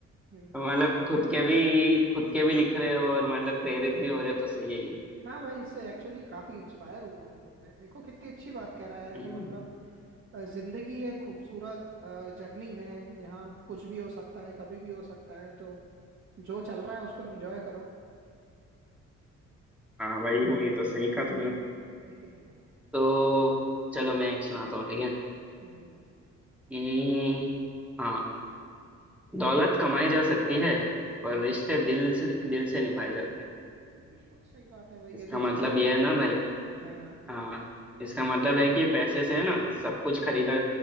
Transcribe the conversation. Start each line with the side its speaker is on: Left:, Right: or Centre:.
Right: हम्म
Centre: मतलब खुद के भी खुद के भी लिख रहे हो और मतलब प्रेरित भी हो रहे हो तो सही है ये
Right: हाँ भाई इससे एक्चुअली काफी इंस्पायर हुआ होगा मैं। देखो कितनी अच्छी बात कह रहा है यार कि
Centre: हम्म,
Right: मतलब अ, जिंदगी एक खूबसूरत जर्नी है यहाँ कुछ भी हो सकता है कभी भी हो सकता है तो जो चल रहा है उसको एंजॉय करो
Centre: हाँ भाई वो ये तो सही कहा तुमने
Right: है कि नहीं
Centre: तो
Right: एक,
Centre: चलो मैं एक सुनाता हूँ ठीक है
Right: हम्म हम्म
Centre: हम्म, हाँ दौलत कमाई जा सकती है पर
Right: हम्म,
Centre: रिश्ते दिल से दिल से निभाए जाते हैं
Right: हम्म। बिल्कुल सही बात है भाई
Centre: इसका
Right: ये तो
Centre: मतलब
Right: जीवन
Centre: ये है ना भाई
Right: हाँ हाँ
Centre: हाँ इसका मतलब है कि पैसे से ना सब कुछ खरीदा